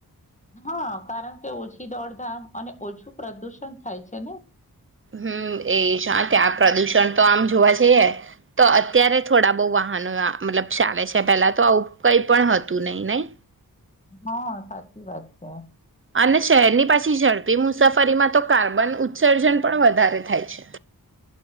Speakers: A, on the left; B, on the right.
A: હા કારણ કે ઓછી દોડધામ અને ઓછું પ્રદુષણ થાય છે ને
B: હમ એ છે ત્યાં પ્રદુષણ તો આમ જોવા જઈએ તો અત્યારે થોડા બહુ વાહનો મતલબ ચાલે છે પેલા તો આવું કઈ પણ હતું નહી નહી
A: હા સાચી વાત છે.
B: અને શહેરની પાછી ઝડપી મુસાફરીમાં તો કાર્બન ઉત્સર્જન પણ વધારે થાય છે.